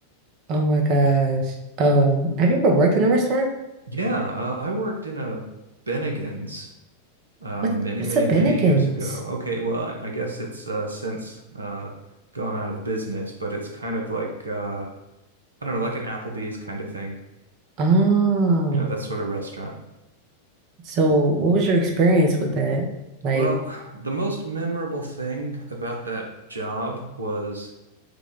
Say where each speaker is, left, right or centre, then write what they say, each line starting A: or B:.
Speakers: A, on the right (about 40°); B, on the right (about 75°).
A: Oh my gosh. Um, have you ever worked in a restaurant?
B: Yeah. Uh, I worked in a Bennigan's uh,
A: What
B: many,
A: what's
B: many,
A: a Bennigan's?
B: many years ago. Okay. Well, I, I guess it's uh, since uh, gone out of business, but it's kind of like, uh, I don't know, like an Applebee's kind of thing,
A: Oh,
B: you know, that sort of restaurant.
A: so what was your experience with that? Like,
B: Well, the most memorable thing about that job was